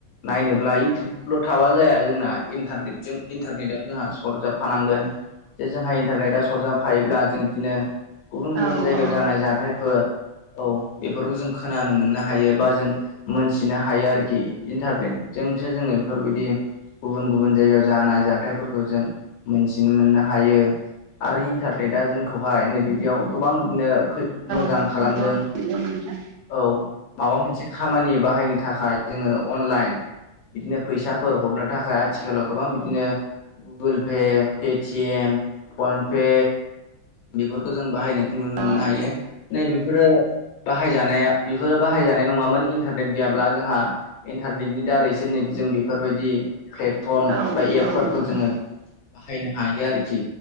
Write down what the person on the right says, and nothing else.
औ
औ
नंगौ
नंगौ नोंथां
औ
औ
औ नोंथां